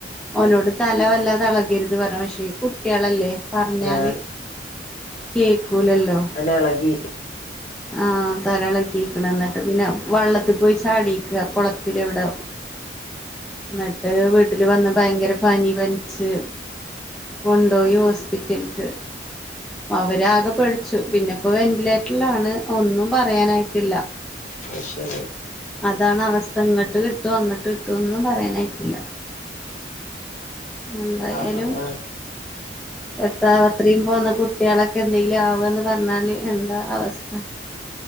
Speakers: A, in the centre; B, on the left.
A: ഓനോട് തലവല്ലാതളകരുത് പറ പക്ഷേ ഈ കുട്ടികളല്ലേ പറഞ്ഞാല്
B: ആ
A: കേക്കൂലല്ലോ
B: അന്നെ ഇളകി
A: ആഹ് തരളക്കിക്കണ എന്നട്ട് പിന്നെ വെള്ളത്തി പോയി ചാടിക്ക കുളത്തില എവിടെ
B: അ
A: ന്നട്ട് വീട്ടില് വന്ന് ഭയങ്കര പനി പനിച്ച് കൊണ്ടോയി ഹോസ്പിറ്റൽക് അവരാകെ പടിച്ചു പിന്നെ പ്പോ വെന്റിലേറ്റർലാണ് ഒന്നും പറയാനായിട്ടില്ല
B: അഹ് ശരി
A: അതാണ് അവസ്ഥ ങ്ങട്ട് കിട്ടു അങ്ങട്ട് കിട്ടുന്നും പറയാനായിട്ടില്ല എന്തായാലും
B: പാവാണ്
A: എത്രാ അത്രയും പോന്ന കുട്ടിളൊക്കെ എന്തെങ്കിലും ആവന്ന് പറഞ്ഞാല് എന്താ അവസ്ഥ